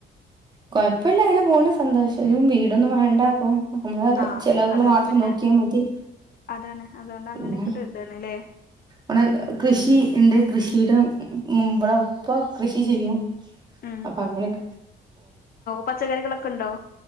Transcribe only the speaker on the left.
ആഹ്
അതുകൊണ്ട്
പിന്നെ
അതാണ് അതുകൊണ്ട് അങ്ങനെയൊക്കെ
ഒരു ഇതാണ്ല്ലേ
ഉം
പച്ചക്കറികളൊക്കെ ഉണ്ടാവ